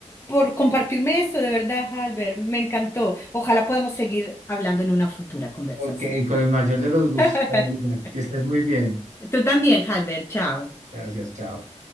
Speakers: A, on the left (about 20°); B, on the right (about 85°).
A: por compartirme eso, de verdad, Albert. Me encantó. Ojalá podamos seguir hablando en una futura conversación.
B: Ok, con el mayor de los
A: <laughs>
B: gustos, Carolina. Que estés muy bien.
A: Tú también, Halber, chao.
B: Gracias, chao.